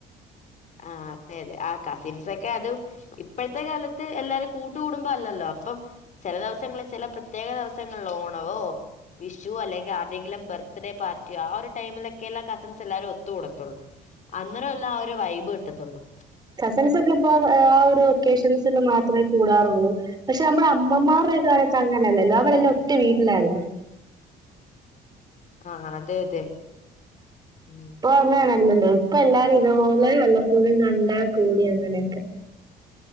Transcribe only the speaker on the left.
ആഹ് അതെ അതെ ആഹ് കസിൻസൊക്കെ അതും ഇപ്പോഴത്തെ കാലത്ത് എല്ലാരും കൂട്ട് കൂടുമ്പം അല്ലല്ലോ അപ്പം ചെല ദിവസങ്ങളിൽ ചെല പ്രത്യേക ദിവസങ്ങളിൽ ഓണവോ വിഷുവൊ അല്ലെങ്കിൽ ആര്ടെങ്കിലും ബർത്ത് ഡേ പാർട്ടി യൊ ആഹ് ഒരു ടൈമിലൊക്കെ അല്ലേ കസിൻസ് എല്ലാരും ഒത്തുകൂടുത്തുള്ളൂ അന്നേരം അല്ലേ ആഹ് ഒരു വൈബ് കിട്ടത്തുള്ളൂ
ആഹ് അതെ അതെ ഉം